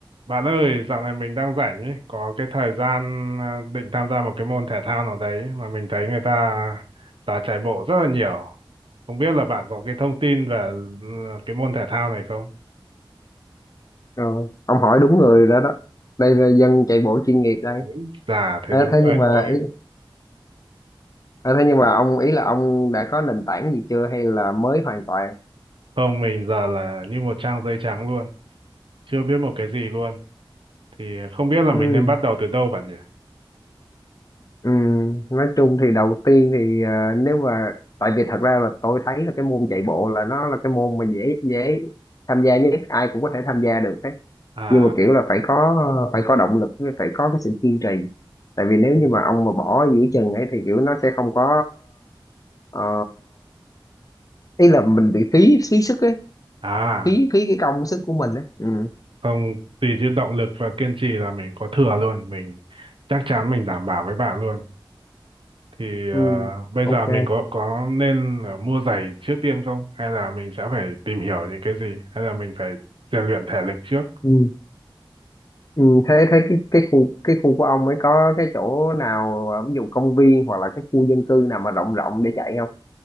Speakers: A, on the right (about 75°); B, on the left (about 40°).
A: Bạn ơi, dạo này mình đang rảnh ấy, có cái thời gian à, định tham gia một cái môn thể thao nào đấy mà mình thấy người ta đã chạy bộ rất là nhiều. Không biết là bạn có cái thông tin về ừ, cái môn thể thao này không?
B: Rồi, ông hỏi đúng người đó đó. Đây là dân chạy bộ chuyên nghiệp đây.
A: Ôi, dạ, thế
B: Thế
A: đúng
B: thế
A: vậy
B: nhưng mà
A: thôi.
B: ý, à, thế nhưng mà ông ý là ông đã có nền tảng gì chưa hay là mới hoàn toàn?
A: Không, mình giờ là như một trang giấy trắng luôn, chưa biết một cái gì luôn. Thì không biết là
B: Ừ.
A: mình nên bắt đầu từ đâu bạn nhỉ?
B: Ừ, nói chung thì đầu tiên thì à, nếu mà tại vì thật ra là tôi thấy là cái môn chạy bộ là nó là cái môn mà dễ dễ tham gia nhất ai cũng có thể tham gia được đấy
A: À,
B: nhưng mà kiểu là phải có phải có động lực với phải có cái sự kiên trì tại vì nếu
A: ừ.
B: như mà ông mà bỏ giữa chừng ấy thì kiểu nó sẽ không có ờ, ý là mình bị phí phí sức ấy
A: à,
B: phí phí cái công sức của mình ấy ừ
A: không, tùy chứ động lực và kiên trì là mình có thừa luôn. Mình chắc chắn mình đảm bảo với bạn luôn thì à,
B: ừ
A: bây
B: ok
A: giờ mình có có nên là mua giày trước tiên không hay là mình sẽ phải tìm hiểu những cái gì hay là mình phải rèn luyện thể lực trước
B: ừ ừ thế thế cái cái khu cái khu của ông ấy có cái chỗ nào à, ví dụ công viên hoặc là cái khu dân cư nào mà rộng rộng để chạy không